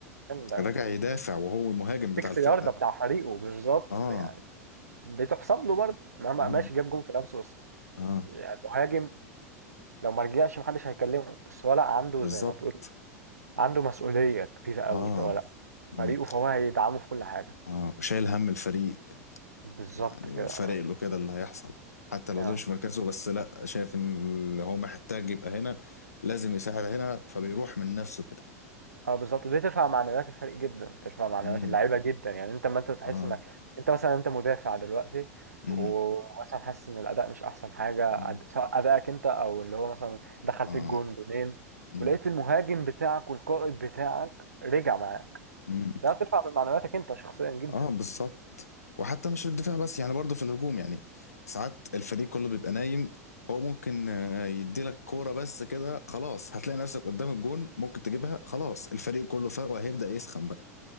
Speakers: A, on the right; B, on the left.
A: كان ده
B: راجع يدافع وهو المهاجم بتاع
A: 6
B: الفرقة
A: يارده بتاع فريقه بالظبط
B: اه
A: يعني دي تحسب له برضه مهما
B: اه
A: ماشي جاب جون في نفسه بس
B: اه
A: يعني مهاجم لو ما رجعش محدش هيكلمه بس هو لا عنده
B: بالظبط
A: زي ما تقول عنده مسؤوليه كبيره قوي
B: اه
A: اللي هو لا
B: مم.
A: فريقه فهو هيدعمه في كل حاجه
B: اه وشايل هم الفريق
A: بالظبط
B: يعني
A: كده
B: فارق له كده اللي هيحصل حتى لو
A: اه
B: ده مش مركزه بس لا شايف ان هو محتاج يبقى هنا لازم يساعد هنا فبيروح من نفسه كده
A: اه بالظبط ودي ترفع معنويات الفريق جدا ترفع معنويات
B: امم
A: اللعيبه جدا يعني انت لما انت تحس
B: اه
A: انك انت مثلا انت مدافع دلوقتي
B: امم
A: ومثلا حاسس ان الاداء مش احسن حاجه
B: أمم.
A: أد- سواء ادائك انت او اللي هو مثلا دخل
B: اه
A: فيك جون جونين
B: امم
A: ولقيت المهاجم بتاعك والقائد بتاعك رجع معاك
B: أمم.
A: ده هترفع من معنوياتك انت شخصيا جدا
B: اه بالظبط وحتى مش في الدفاع بس يعني برضه في الهجوم يعني ساعات الفريق كله بيبقى نايم هو ممكن آه، يديلك كورة بس كده خلاص هتلاقي نفسك قدام الجون ممكن تجيبها خلاص الفريق كله فاق وهيبدأ يسخن بقى